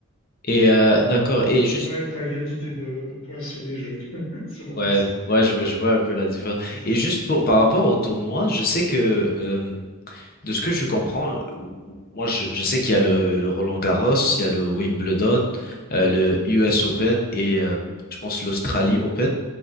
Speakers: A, on the left; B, on the left.
A: euh, d'accord. Et
B: qui peuvent
A: juste
B: pas être à égalité de, de points sur les jeux, <laughs> sur le
A: Ouais,
B: dernier set.
A: ouais, je, vois- je vois un peu la différence.
B: Ouais, c'est
A: Et
B: ça.
A: juste pour par rapport au tournoi, je sais que euh, de ce que je comprends, m- m- moi je, je sais qu'il y a le, le Roland-Garros, il y a le Wimbledon, euh, le US Open et euh, je pense l'Australie Open.